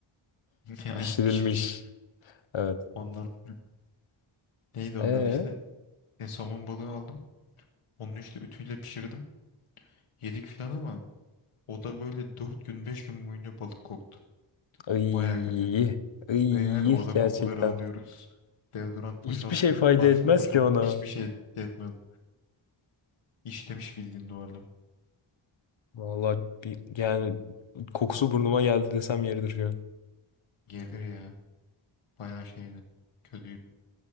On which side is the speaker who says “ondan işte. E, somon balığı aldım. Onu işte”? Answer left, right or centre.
Left